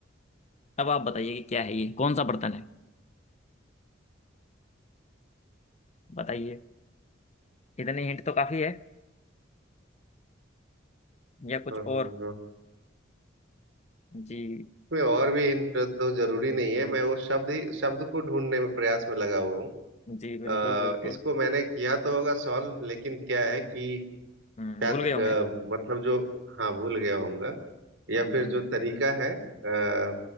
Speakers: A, on the left; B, on the right.
A: अब आप बताइए कि क्या है ये कौन सा बर्तन है बताइए इतने हिंट तो काफी है या कुछ
B: हाँ,
A: और
B: हाँ, हाँ।
A: जी
B: में और भी हिंट तो जरूरी नहीं है मैं वो शब्द ही शब्द को ढूंढने में प्रयास में लगा हुआ हूँ
A: जी बिल्कुल
B: अ,
A: बिल्कुल
B: इसको मैंने किया तो होगा सॉल्व लेकिन क्या है कि
A: हम्म
B: शायद
A: भूल गए होंगे
B: अ, मतलब जो हाँ भूल गया होऊंगा या
A: हम्म
B: फिर
A: हम्म
B: जो तरीका है अ,